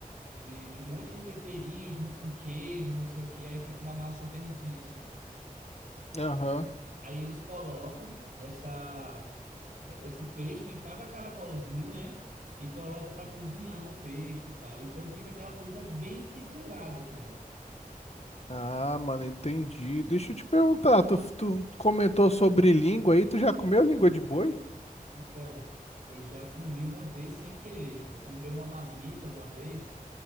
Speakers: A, on the right; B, on the left.
A: de, de um monte de temperinho junto com queijo, não sei o que. Aí fica uma massa verdinha, assim.
B: Aham.
A: Aí eles colocam essa, é, esse pesto em cada caracolzinho, né? E coloca para cozinhar no pesto e tal. Então fica aquela coisa bem temperada, cara.
B: Ah, mano, entendi. Deixa eu te perguntar, tu, tu comentou sobre língua aí, tu já comeu língua de boi?
A: Então, eu já comi uma vez sem querer. Eu comprei uma marmita uma vez